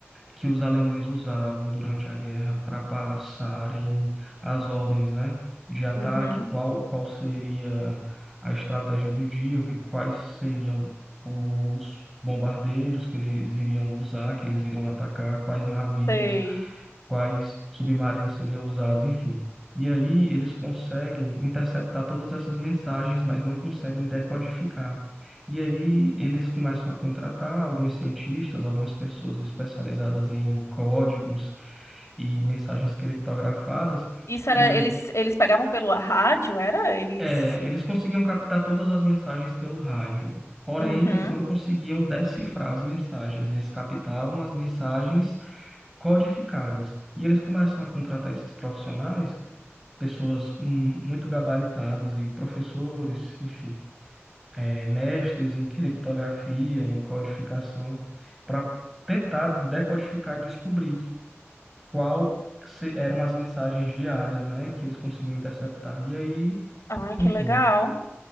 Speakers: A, in the centre; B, on the left.
A: que os alemães usavam durante a guerra para passarem as ordens, né, de ataque,
B: Uhum.
A: qual, qual seria a estratégia do dia, o que- quais seriam os bombardeiros que eles iriam usar, que eles iriam atacar, quais navios,
B: Sei.
A: quais submarinos seriam usados, enfim. E aí eles conseguem interceptar todas essas mensagens, mas não conseguem decodificar. E aí eles começam a contratar alguns cientistas, algumas pessoas especializadas em códigos e mensagens criptografadas,
B: Isso era
A: e
B: eles eles pegavam pelo rádio, era eles.
A: é, eles conseguiam captar todas as mensagens pelo rádio. Porém,
B: Uhum.
A: eles não conseguiam decifrar as mensagens, eles captavam as mensagens codificadas. E eles começam a contratar esses profissionais, pessoas hum, muito gabaritadas e professores, enfim eh, mestres em criptografia, em codificação, para tentar decodificar e descobrir qual se- eram as mensagens diárias, né, que eles conseguiam interceptar. E aí,
B: Ai, que
A: enfim,
B: legal.